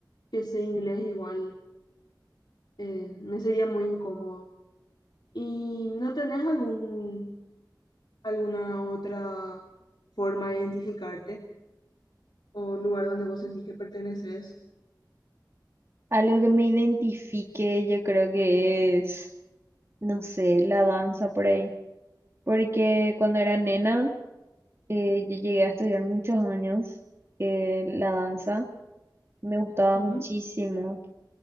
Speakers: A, on the left; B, on the right.
A: que sea inglés, igual eh, me sería muy incómodo. ¿Y no tenés algún alguna otra forma de identificarte o un lugar donde vos sentís que perteneces.
B: Algo que me identifique, yo creo que es, no sé, la danza por ahí. Porque cuando era nena, eh, yo llegué a estudiar muchos años eh, la danza. Me gustaba
A: Ujú,
B: muchísimo.